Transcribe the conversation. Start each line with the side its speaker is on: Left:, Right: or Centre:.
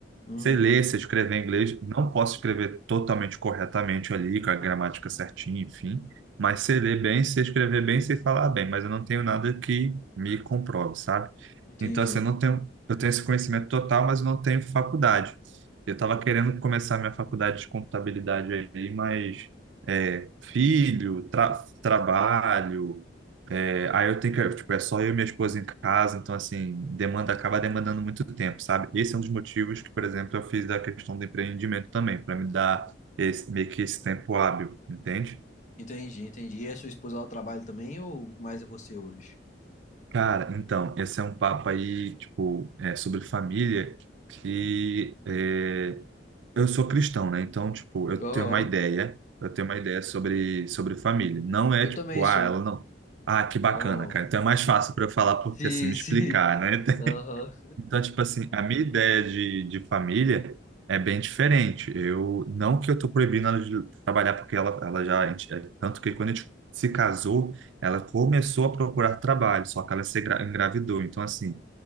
Left: Uhum,
Right: Sei ler, sei escrever em inglês, não posso escrever totalmente corretamente ali, com a gramática certinha, enfim, mas sei ler bem, sei escrever bem, sei falar bem, mas eu não tenho nada que me comprove, sabe?
Left: entendi.
Right: Então, assim, eu não tenho, eu tenho esse conhecimento total, mas eu não tenho faculdade. Eu estava querendo começar minha faculdade de contabilidade aí, mas é, filho, tra- trabalho, é, aí eu tenho que, tipo, é só eu e minha esposa em casa, então assim, demanda acaba demandando muito tempo, sabe? Esse é um dos motivos que, por exemplo, eu fiz da questão do empreendimento também, para me dar esse, meio que esse tempo hábil, entende?
Left: Entendi, entendi. E a sua esposa ela trabalha também ou mais é você hoje?
Right: Cara, então, esse é um papo aí, tipo, é, sobre família, que é, eu sou cristão, né? Então, tipo, eu
Left: Aham,
Right: tenho uma ideia, eu tenho uma ideia sobre, sobre família. Não é
Left: eu
Right: tipo,
Left: também sou.
Right: ah, ela não. Ah, que
Left: Então,
Right: bacana, cara. Então é mais fácil para eu falar
Left: se,
Right: porque assim, me
Left: <laughs> se,
Right: explicar, né?
Left: aham.
Right: Então, tipo assim, a minha ideia de, de família é bem diferente. Eu, não que eu tô proibindo ela de trabalhar, porque ela, ela já, a gente- é, tanto que quando a gente se casou, ela começou a procurar trabalho, só que ela se engra- engravidou. Então, assim,